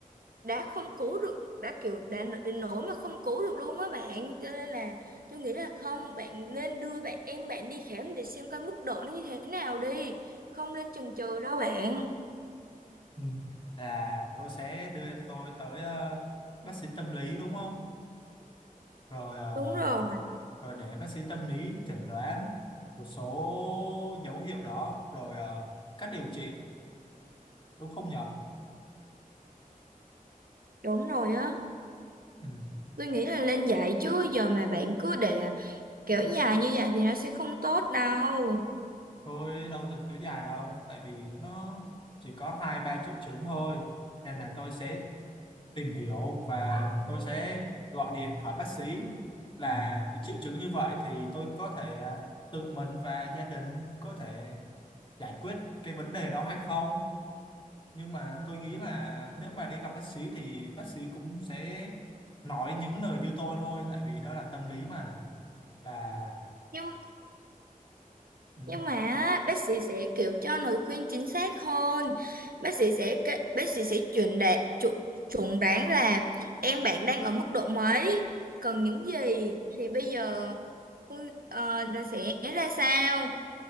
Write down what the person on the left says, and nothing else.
ừ. là tôi sẽ đưa em tôi tới ờ, bác sĩ tâm lý đúng không rồi ờ,
rồi để bác sĩ tâm lý chẩn đoán một số dấu hiệu đó rồi ờ, cách điều trị đúng không nhở?
Ừ.
Tôi đâu từng kéo dài đâu, tại vì nó chỉ có hai ba triệu chứng thôi, nên là tôi sẽ tìm hiểu và tôi sẽ gọi điện hỏi bác sĩ là những triệu chứng như vậy thì tôi có thể tự mình và gia đình có thể giải quyết cái vấn đề đó hay không. Nhưng mà tôi nghĩ là nếu mà đi gặp bác sĩ thì bác sĩ cũng sẽ nói những lời như tôi thôi, tại vì đó là tâm lý mà là
ừ.